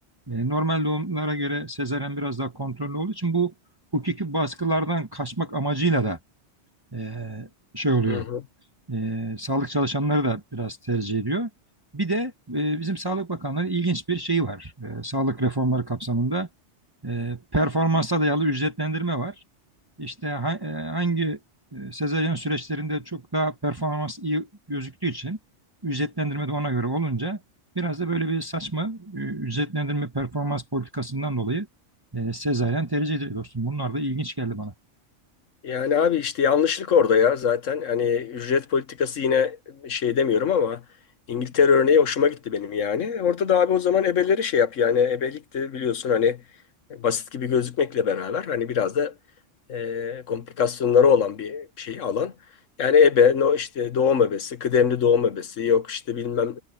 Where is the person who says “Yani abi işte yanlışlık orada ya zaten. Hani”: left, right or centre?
Left